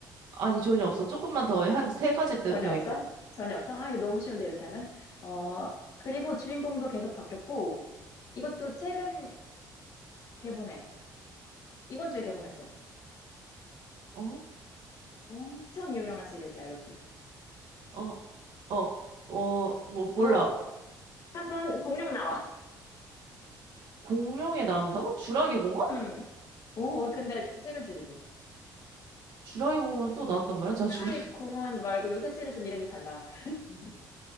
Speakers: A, on the right (about 70°); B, on the left (about 55°).
A: 아니, 전혀 없어. 조금만 더, 한 세 가지 더,
B: 전혀
A: 더
B: 없어?
A: 얘기.
B: 전혀 없어? 아, 이거 너무 쉬운데, 이렇게 하면. 어, 그리고 주인공도 계속 바뀌었고, 이것도 최근 개봉해. 이번 주에 개봉했어.
A: 어?
B: 엄청 유명한 시리즈야, 이것도.
A: 어, 어, 어, 뭐, 몰라.
B: 어, 한 번 공룡 나와.
A: 공룡이 나온다고? 주라기 공원?
B: 음. 오, 근데 최근 시리즈. 하
A: 주라기 공원이 또 나왔단 말이야? 자, 주라기.
B: 루이
A: <laughs>
B: 공원 말고 요새 시리즈는 이름이 달라. <laughs>